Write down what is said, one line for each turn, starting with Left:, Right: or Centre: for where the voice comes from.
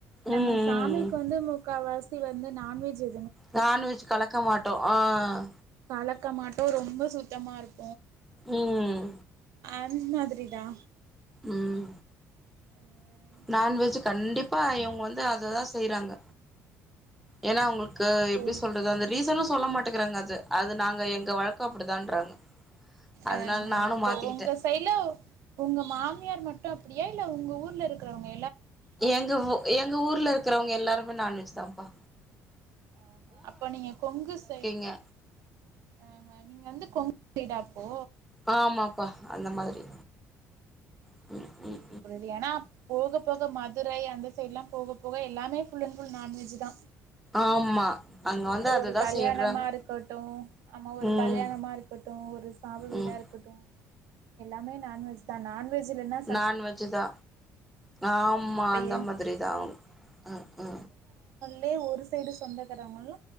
Right: நம்ம
Centre: ம் ம்
Right: சாமிக் வந்து முக்காவாசி வந்து நான்வெஜ்ஜு
Centre: நான்வெஜ் கலக்க மாட்டோ ஆஹ்
Right: கலக்க மாட்டோ ரொம்ப சுத்தமா இருப்
Centre: உம்
Right: அந் மாதிரி தா
Centre: உம்
Right: ஆ
Centre: நான்வெஜ்ஜு கண்டிப்பா இவ்ங்க வந்து அத தா செய்றாங்க ஏனா அவங்களுக்கு
Right: போரு
Centre: எப்டி சொல்றது அந்த ரீசனு சொல்ல மாட்டுக்கிறாங்க அது அது நாங் எங்க வழக்கோ அப்டிதான்றாங்க அதுனால
Right: ஆஹ
Centre: நானு
Right: இப்போ
Centre: மாத்திக்கிட்டே
Right: உங்க சைட்ல உங்க மாமியார் மட்டு அப்டியா இல்ல உங்க ஊர்ல இருக்கறவங்க
Centre: எங்க உ எங்க ஊர்லருக்கறவங்க எல்லாரு நான்வெஜ் தாம்ப்பா
Right: ஆ ஆ அப்ப நீங்க கொங்கு சைட்
Centre: இங்க
Right: ஆ ஆ நீங்க வந்து கொங் சைடா அப்போ
Centre: ஆமாப்பா அந்த மாதிரி ம்
Right: புரிது
Centre: ம்
Right: புரிது எனா போக போக மதுரை அந்த சைட்லா போக போக எல்லாமே ஃபுல் அண்ட் ஃபுல் நான்வெஜ்ஜு தா
Centre: ஆமா அங்க வந்து அததா
Right: ஒரு கல்யாணமா
Centre: செய்றாங்க
Right: இருக்கட்டு ஆமா ஒரு
Centre: ம்
Right: கல்யாணமா இருக்கட்டு ஒரு சாவு வீடா
Centre: ம்
Right: இருக்கட்டு எல்லாமே நான்வெஜ் தா நான்வெஜ் இல்லனா
Centre: நான்வெஜ்ஜு தா ஆமா
Right: இப்ப
Centre: அந்த
Right: எங்
Centre: மாதிரி தா அவுங்க ஹூ ஹூ
Right: லே ஒரு சைடு சொந்தக்காரங்களா